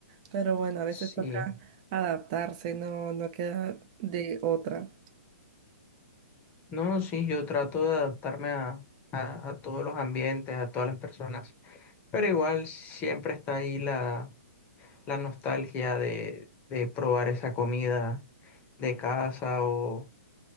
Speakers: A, on the right; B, on the left.
A: Pero bueno, a veces
B: Sí,
A: toca adaptarse, no, no queda de otra.
B: no, sí, yo trato de adaptarme a, a, a todos los ambientes, a todas las personas, pero igual siempre está ahí la, la nostalgia de, de probar esa comida de casa o,